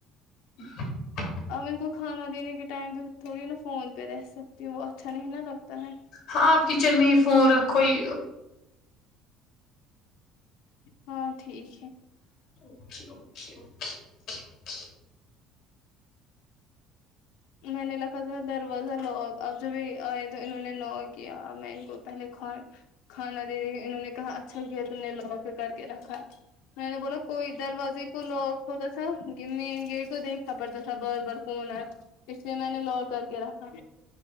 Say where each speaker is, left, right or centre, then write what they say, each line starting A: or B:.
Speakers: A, on the left; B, on the left.
A: ہ
B: اب ان کو کھانا دینے کے ٹائم پہ تھوڑی نا فون پہ رہ سکتی ہوں وہ اچھا نہیں نا لگتا ہے
A: ہاں آپ کچن میں ہی فون رکھو یہ
B: ہاں ٹھیک ہے
A: وکے اوکےوکےکےکے
B: میں نے لکھا تھا دروازہ لوک اب جب بھی آئے تو انہوں نے نوک کیا میں ان کو پہلے کھا کھانا دے دیا انہوں نے کہا اچھا کیا تم نے لوک کر کے رکھا میں نے بولا کوئی دروازے کو لوک ہوتا تھا کہ مین گیٹ کو دیکھا پڑتا تھا بار بار کون ہے اس لیے میں نے لور کر کے رکھا